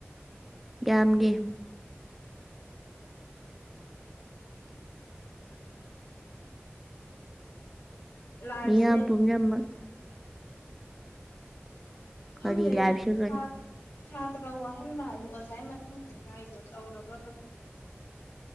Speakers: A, in the centre; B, on the left.
A: ꯌꯥꯝꯒꯦ
B: ꯂꯥꯏꯐꯁꯦ
A: ꯃꯤꯌꯥꯝ ꯄꯨꯝꯅꯃꯛ
B: ꯈꯪꯗ꯭ꯔꯦꯗ
A: ꯀꯔꯤ ꯂꯥꯏꯐꯁꯦ ꯀꯔꯤ
B: ꯁꯥ ꯁꯥꯇ꯭ꯔ ꯋꯥꯍꯟꯕ ꯍꯥꯏꯁꯦ ꯑꯣꯖꯥ ꯃꯊꯧꯅꯦ ꯒꯥꯥꯏꯗꯣ ꯇꯧꯔꯕ꯭ꯔꯥ ꯈꯪꯗꯦ